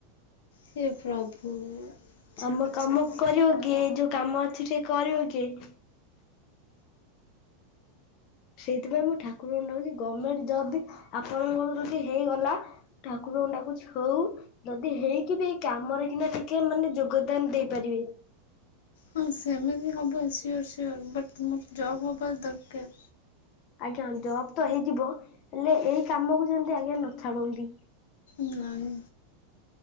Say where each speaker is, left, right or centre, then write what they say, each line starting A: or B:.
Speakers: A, on the left (about 75°); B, on the left (about 30°).
A: ହେ ପ୍ରଭୁ। ଛାଡ
B: ଆମ କାମ
A: ଛାଡ।
B: କରିବ କିଏ ଏଇ ଯୋଉ କାମ ଅଛି ଟିକେ କରିବ କିଏ? ସେଇଥିପାଇଁ ମୁଁ ଠାକୁରଙ୍କ ଡାକୁଛି ଗମେଣ୍ଟ ଜବ ବି ଆପଣଙ୍କ ଯଦି ହେଇଗଲା ଠାକୁରଙ୍କୁ ଡାକୁଛି ହଉ ଯଦି ହେଇକି ବି କାମରେ କିନା ଟିକେ ମାନେ ଯୋଗଦାନ ଦେଇପାରିବେ।
A: ହଁ ସେମିତି ହବ ସିଓର ସିଓର ବଟ୍ ମୋର ଜବ୍ ହବା ଦରକାର।
B: ଆଜ୍ଞା ଜବ ତ ହେଇଯିବ ହେଲେ ଏଇ କାମକୁ ଯେମତି ଆଜ୍ଞା ନ ଛାଡନ୍ତି।
A: ନାଇଁ।